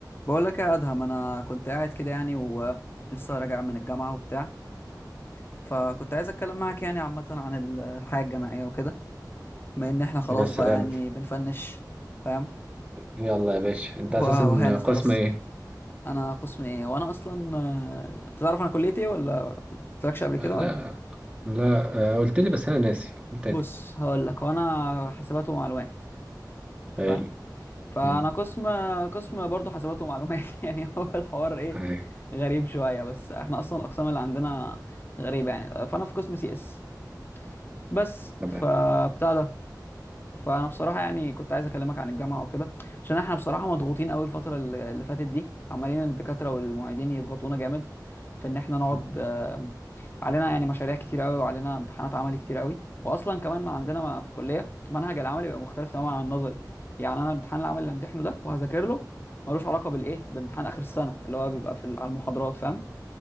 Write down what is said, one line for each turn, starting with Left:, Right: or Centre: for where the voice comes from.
Left: بقول لك يا ادهم انا كنت قاعد كده يعني ولسه راجع من الجامعه وبتاع فكنت عايز اتكلم معاك يعني عامه عن ال- الحياه الجامعيه وكده بما ان احنا خلاص
Right: يا سلام
Left: بقى يعني بنفنش فاهم
Right: يلا يا باشا انت
Left: و-
Right: اساسا
Left: وهانت خلاص
Right: قسم ايه
Left: انا قسم ايه وانا اصلا آه، تعرف انا كليتي ايه ولا قلتلكش قبل كده
Right: آه لا
Left: ولا
Right: لا آه قلت لي بس انا ناسي قلت تاني
Left: بص هقول لك وانا حاسبات ومعلومات انت
Right: حلو
Left: فاهم فانا
Right: مم.
Left: قسم قسم برضه حاسبات ومعلومات <laughs> يعني هو الحوار ايه
Right: هاي
Left: غريب شويه بس احنا اصلا الاقسام اللي عندنا غريبه يعني فانا في قسم سي اس بس
Right: تمام
Left: فبتاع ده فانا بصراحه يعني كنت عايز اكلمك عن الجامعه وكده عشان احنا بصراحه مضغوطين قوي الفتره الل- اللي فاتت دي عمالين الدكاتره والمعيدين يضغطونا جامد في ان احنا نقعد
Right: مم.
Left: آه، علينا يعني مشاريع كتير قوي وعلينا امتحانات عملي كتير قوي واصلا كمان عندنا ما- في الكليه منهج العملي بيبقى مختلف تماما عن النظري يعني انا الامتحان العملي اللي همتحنه ده وهذاكر له ملوش علاقه بالايه بامتحان اخر السنه اللي هو بيبقى في ال- على المحاضرات فاهم